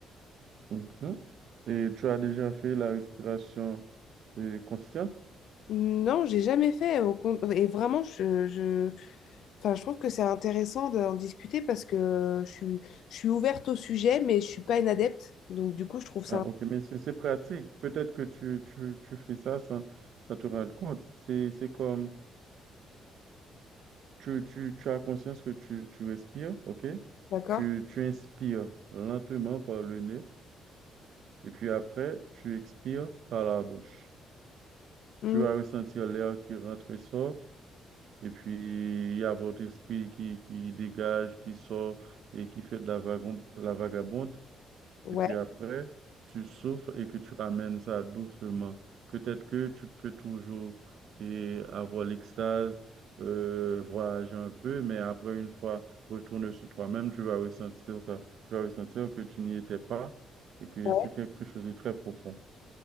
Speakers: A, on the right (about 70°); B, on the left (about 75°).
A: Mhm. Et tu as déjà fait la respiration euh, consciente?
B: Non, j'ai jamais fait. Au con- Et vraiment, je, je... Enfin, je trouve que c'est intéressant d'en discuter parce que je suis, je suis ouverte au sujet, mais je suis pas une adepte. Donc, du coup, je trouve ça...
A: Ah, ok, mais c'est c'est pratique. Peut-être que tu, tu, tu fais ça sans, sans te rendre compte. C'est c'est comme Tu, tu, tu as conscience que tu, tu respires, ok?
B: D'accord?
A: Tu, tu inspires lentement par le nez et puis après, tu expires par la bouche.
B: Hmm,
A: Tu vas ressentir l'air qui rentre et sort et puis il y a votre esprit qui, qui dégage, qui sort et qui fait de la vagon- la vagabonde.
B: ouais,
A: Et puis après, tu souffles et que tu ramènes ça doucement. Peut-être que tu peux toujours et avoir l'extase, euh, voyager un peu, mais après, une fois retourné sur toi-même, tu vas ressentir ça. Tu vas ressentir que tu n'y étais pas et que
B: ouais.
A: c'est quelque chose de très profond.